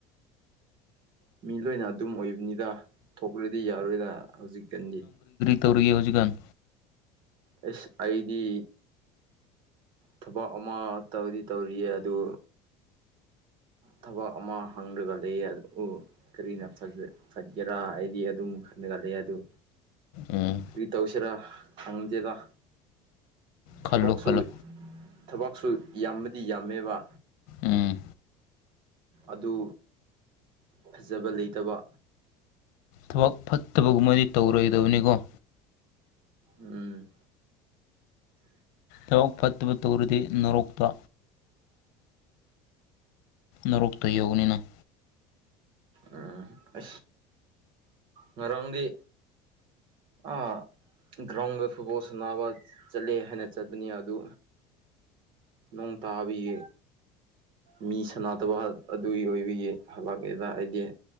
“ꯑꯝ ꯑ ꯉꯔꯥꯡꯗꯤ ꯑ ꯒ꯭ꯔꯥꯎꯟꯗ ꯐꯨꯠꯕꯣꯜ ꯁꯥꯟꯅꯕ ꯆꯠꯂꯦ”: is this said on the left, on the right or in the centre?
Right